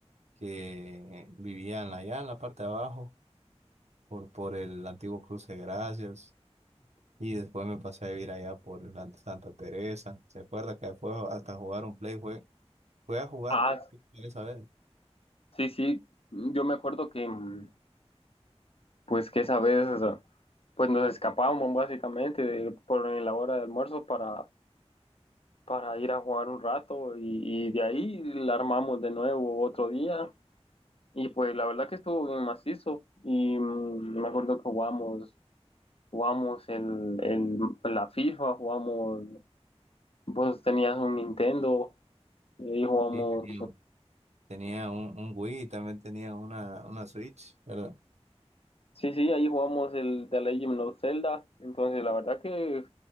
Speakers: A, on the right; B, on the left.
A: que vivían allá en la parte de abajo, por, por el antiguo Cruce de Gracias, y después me pasé a vivir allá por la Santa Teresa. ¿Se acuerda que después hasta jugar un play fue, fue a jugar
B: Ah,
A: esa vez?
B: sí, sí, yo me acuerdo que, mm, pues, que esa vez, o sea, pues, nos escapábamos básicamente de- por en la hora de almuerzo para, para ir a jugar un rato y, y de ahí la armamos de nuevo otro día y, pues, la verdad que estuvo bien macizo y mm, me acuerdo que jugamos, jugamos el, el, la FIFA, jugamos, vos tenías un Nintendo Y ahí jugamos,
A: Sí, tenía, un- tenía un, un Wii, también tenía una, una Switch, ¿verdad?
B: sí, sí, ahí jugamos el The Legend of Zelda. Entonces, la verdad que,